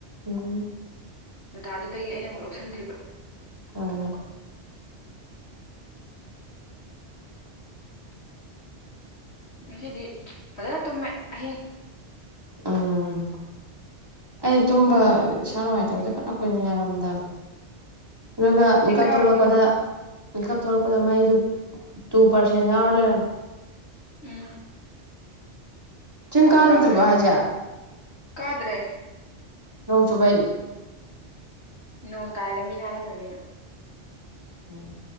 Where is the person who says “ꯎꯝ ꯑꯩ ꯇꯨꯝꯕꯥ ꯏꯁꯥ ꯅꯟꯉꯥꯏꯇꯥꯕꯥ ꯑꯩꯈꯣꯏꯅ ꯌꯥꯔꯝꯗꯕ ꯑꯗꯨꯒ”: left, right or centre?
Right